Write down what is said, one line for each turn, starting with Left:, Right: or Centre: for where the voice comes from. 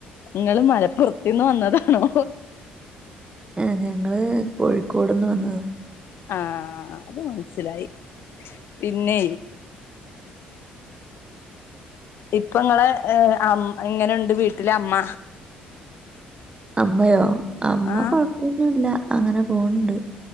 Left: നിങ്ങള് മലപ്പുറത്തീന്ന് വന്നതാണോ
Right: ആ ഞങ്ങള് കോഴിക്കോടിന്ന് വന്നത
Left: ആ അത് മനസിലായി പിന്നെ ഇപ്പ നിങ്ങളെ അ എങ്ങനെണ്ട് വീട്ടില് അമ്മ
Right: അമ്മയോ അമ്മ
Left: ആ
Right: കൊഴപ്പൊന്നുമില്ല അങ്ങനെ പോണുണ്ട്